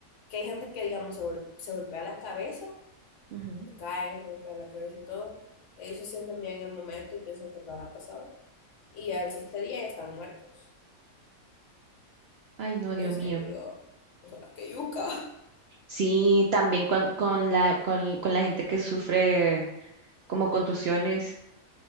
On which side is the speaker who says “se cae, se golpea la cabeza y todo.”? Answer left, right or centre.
Left